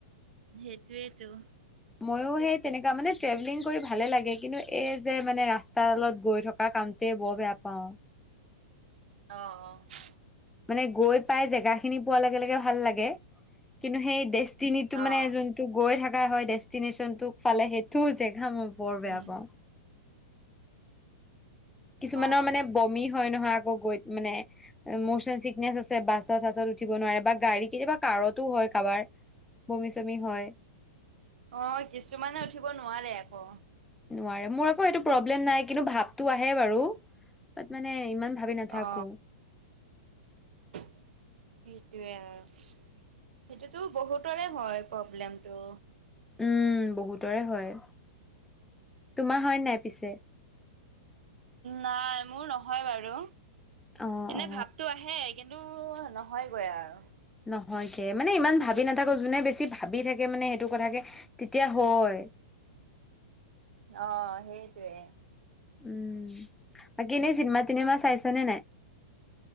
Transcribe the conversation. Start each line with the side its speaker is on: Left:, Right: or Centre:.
Right: সেইটোৱেটো।
Centre: মইও সেই তেনেকুৱা মানে ট্ৰেভেলিং কৰি ভালে লাগে কিন্তু এই যে মানে ৰাস্তালত গৈ থ- তাৰ কামতোয়ে বৰ বেয়া পাওঁ।
Right: অঁ অঁ
Centre: মানে গৈ পাই জেগা খিনি পোৱাৰ লগে লগে ভাল লাগে, কিন্তু সেই ডেষ্টিনটো
Right: অ'।
Centre: মানে যোন- টো গৈ থাকাই হয় ডেষ্টিনেশচনটো ফালে সেইটো জেগা মই বৰ বেয়া
Right: উম।
Centre: পাওঁ। কিছুমানৰ
Right: অ',
Centre: মানে বমি হয় নহয় আকৌ গৈ ত মানে। মচন চিকনেচ আছে বাছত চাছত উঠিব নোৱাৰে বা গাড়ী কেতিয়াবা কাৰতো হয় কাৰোবাৰ। বমি চমি হয়।
Right: অ কিছুমানে উঠিব নোৱাৰে আকৌ।
Centre: নোৱাৰে মোৰ আকৌ এইটো প্ৰব্লেম নাই কিন্তু ভাৱটো আহে বাৰু বাত মানে ইমান। ভাবি নাথাকো
Right: অ সেইটোৱে আৰু সেইটোতো বহুতৰে হয় প্ৰব্লেমতটো।
Centre: উম বহুতৰে হয় তোমাৰ হয় নাই পিছে।
Right: নাই মোৰ নহয় বাৰু
Centre: অ
Right: এনে
Centre: অ
Right: ভাৱটো আহে। কিন্তু নহয়গৈ আৰু।
Centre: নহয় কে মানে ইমান ভাবি নাথাকো যোনে বেছি ভাবি থাকে মানে সেইটো কথাকে তেতিয়া হয়।
Right: অ সেইটোৱে।
Centre: উম বাকী এনেই চিনেমা তিনিমা চাইছ নে নাই।